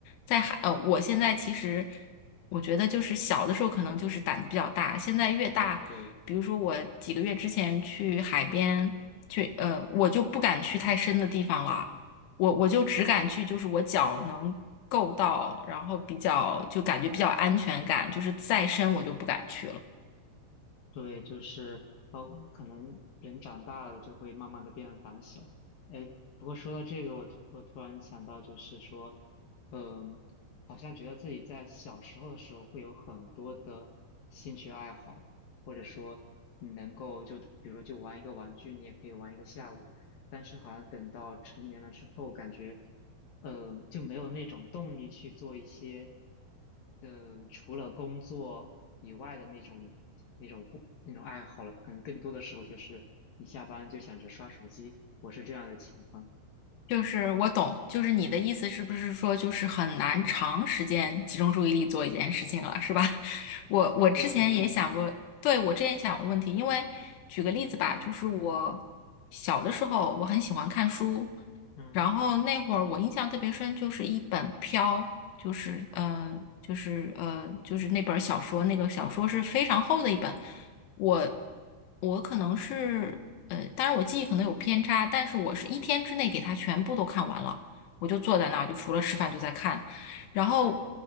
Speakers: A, on the left; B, on the left.
A: 在海，呃，我现在其实我觉得就是小的时候可能就是胆子比较大，现在越大。
B: 嗯，对，
A: 比如说我几个月之前去海边，去，呃，我就不敢去太深的地方了，我我就只敢去，就是我脚能够到，然后比较就感觉比较安全感，就是再深我就不敢去了。
B: 对，就是包括可能人长大了就会慢慢的变得胆小。哎，不过说到这个，我突我突然想到，就是说，嗯，好像觉得自己在小时候的时候会有很多的兴趣爱好，或者说你能够就比如说就玩一个玩具，你也可以玩一个下午。但是好像等到成年了之后，感觉。嗯、就没有那种动力去做一些，嗯、除了工作以外的那种那种活那种爱好了。可能更多的时候就是一下班就想着刷手机，我是这样的情况。
A: 就是我懂，就是你的意思是不是说就是很难长时间集中注意力做一件事情了，是吧？<laughs> 我我之前也想过，
B: 所以可能，
A: 对，我之前也想过问题，因为举个例子吧，就是我小的时候我很喜欢看书，
B: 嗯
A: 然后那会儿我印象特别深，就是一本《飘》。就是呃，就是呃，就是那本儿小说，那个小说是非常厚的一本。
B: 嗯
A: 我我可能是呃，当然我记忆可能有偏差，但是我是一天之内给它全部都看完了。我就坐在那儿，就除了吃饭就在看，然后